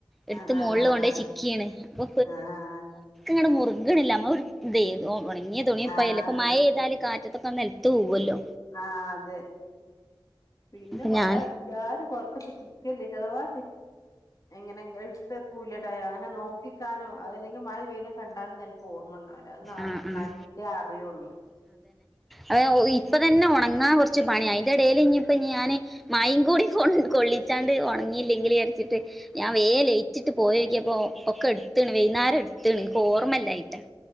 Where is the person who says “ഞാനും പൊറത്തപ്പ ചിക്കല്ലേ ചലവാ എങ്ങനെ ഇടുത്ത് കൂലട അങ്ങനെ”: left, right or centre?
Left